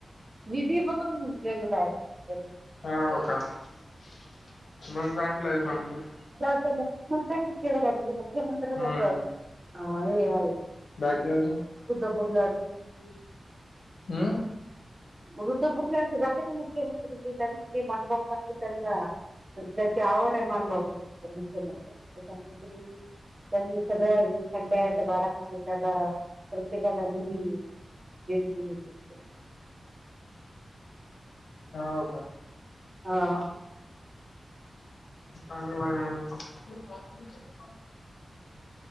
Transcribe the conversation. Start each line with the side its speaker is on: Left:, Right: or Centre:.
Right: निधी मधून गेलेला आहे त्यांनी.
Left: हो हो का म्हून सांगितलंय सज.
Right: मला अस मुख्यमंत्र्यांनी ठव मुख्यमंत्र्यांला
Left: हम्म
Right: अस हे.
Left: हम्म
Right: अरे ते
Left: बाकी आजून.
Right: आता धपुरला अडे ते
Left: हम्म.
Right: वृद्ध बुटला जाते ना मुख्यमंत्री ते त्यांनी ते मानव पण त्यांना आवड आहे मानभवत मु्य नगर त्याच्यामुळे. सगळं थंड बाराड त्याला प्रत्येकाला नि ते बी केलं कसं तर
Left: हा हो का.
Right: हा.
Left: आम्ही बागेमध्ये येताव